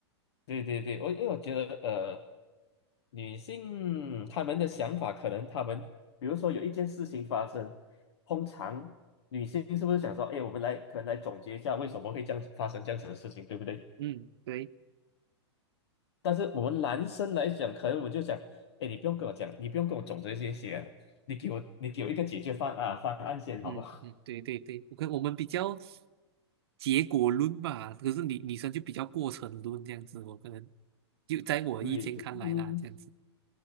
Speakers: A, on the left; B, on the right.
A: 对对对，我因为我觉得呃，女性她们的想法可能她们，比如说有一件事情发生，通常女性是不是想说，哎，我们来可能来总结一下为什么会这样子发生这样子的事情，对不对？
B: 嗯，对。
A: 但是我们男生来讲，可能我就想，哎，你不用跟我讲，你不用跟我总结这些，你给我你给我一个解决方案啊方案先好不好？
B: 嗯嗯，对对对，我看我们比较结果论吧，可是女女生就比较过程论这样子，我可能就在我意见看来啦，
A: 对，就嗯，
B: 这样子，